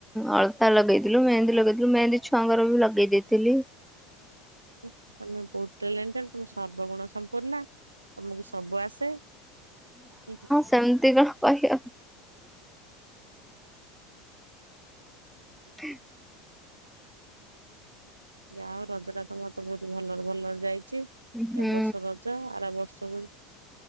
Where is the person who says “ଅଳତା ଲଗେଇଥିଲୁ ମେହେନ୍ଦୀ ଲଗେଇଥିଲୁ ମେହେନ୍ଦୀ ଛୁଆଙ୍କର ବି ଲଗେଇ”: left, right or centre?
Centre